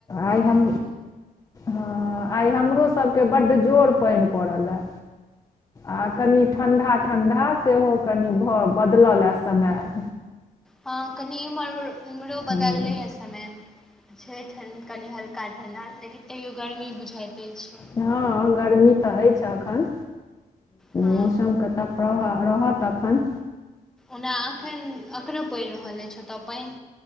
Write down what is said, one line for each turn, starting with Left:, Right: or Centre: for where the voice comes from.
Left: आइ हम हँ आइ हमरोसभके बड्ड जोर पानि पड़ल हए आ कनि ठं्डा ठण्डा सेहो कनि भऽ बदलल यए समय <inaudible>
Centre: हँ कनि एम्हर एम्हरो
Left: हूँ
Centre: बदललैए समयमे छै हलका ठणड कनि हल्का ठण्डा लेकिन तैयो गर्मी बुझाइते छै
Left: हँ गर्मी तऽ हय छै एखन
Centre: हँ
Left: मौसमके तऽभाव रहत तखन
Centre: ओना एखनो पड़ि रहल अछि पानई